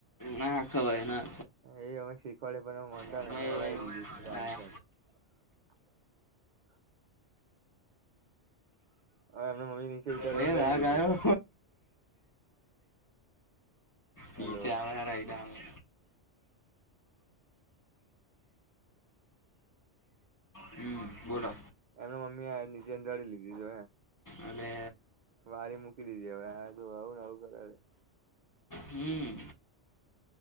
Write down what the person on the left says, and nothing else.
ના ખવાય ના
ખવાય
ભઈ રાગ
આયો નીચે
આવે એ આવે હમ બોલો
એટલે
હમ